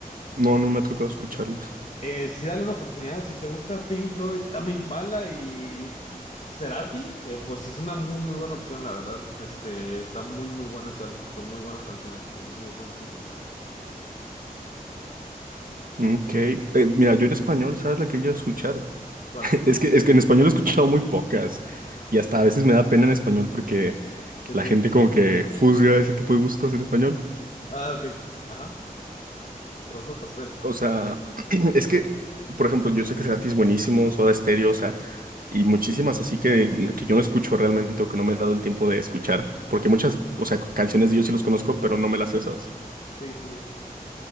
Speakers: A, on the right; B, on the left.
A: no, no me ha tocado escucharlas.
B: eh, sí dale una oportunidad. Si te gusta Pink Floyd, Tame Impala y Cerati, eh, pues es una muy, muy buena opción, la verdad. Este, está muy, muy bueno ese álbum. Son muy buenas canciones. A mí sí me gusta muchísimo.
A: Mm, Ok, eh, mira, yo en español, ¿sabes la que yo escuchar?
B: ¿Cuál?
A: <laughs> Es que, es que en español he escuchado muy pocas y hasta a veces me da pena en español porque
B: Se entiende.
A: la gente como que juzga ese tipo de gustos en español.
B: Ah, ok. Ajá. Rosa Pastel.
A: O sea, <clears throat> es que, por ejemplo, yo sé que Cerati es buenísimo, Soda Stereo, o sea, y muchísimas así que, que yo no escucho realmente o que no me he dado el tiempo de escuchar, porque muchas, o sea, canciones de ellos sí los conozco, pero no me las sé, ¿sabes?
B: Sí, sí, sí.